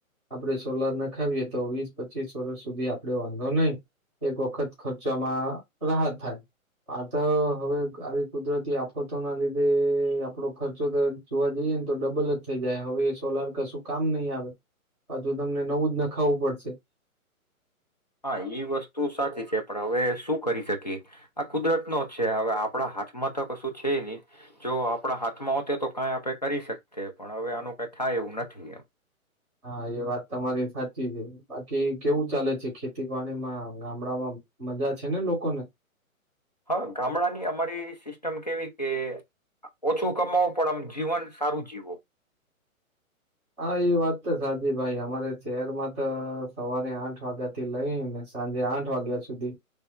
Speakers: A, in the centre; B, on the left.
A: આપડે સોલાર ના ખાવીએ તો વીસ પચીસ વર્ષ સુધી આપડે વાંધો નહી એક વખત ખર્ચામાં રાહત થાય આ તો હવે આવી કુદરતી આફતોના લીધે આપડો ખર્ચો તો જોવા જઈએ ને તો ડબલ જ થઈ જાય હવે એ સોલાર કશું કામ નહી આવે પાછુ તમને નવું જ નખાવું પડશે.
B: હા એઈ વસ્તુ સાચી છે પણ હવે શું કરી શકીએ આ કુદરતનો છે હવે આપણા હાથમાં તો કશું છે નહી જો આપણા હાથમાં હોતે તો કાંઈ આપણે કરી શકએ પણ હવે આનું કઈ થાય એવું નથી એમ.
A: હા એ વાત તમારી સાચી છે બાકી કેવું ચાલે છે ખેતી પાણીમાં ગામડામાં મજા છે ને લોકોને
B: હા ગામડાની અમારી સિસ્ટમ કેવી કે ઓછું કમાવો પણ આ જીવન સારું જીવો
A: હા એ વાત તો સાચી ભાઈ અમારે શહેરમાં તો સવારે આઠ વાગ્યા થી લઈ ને સાંજે આઠ વાગ્યા સુધી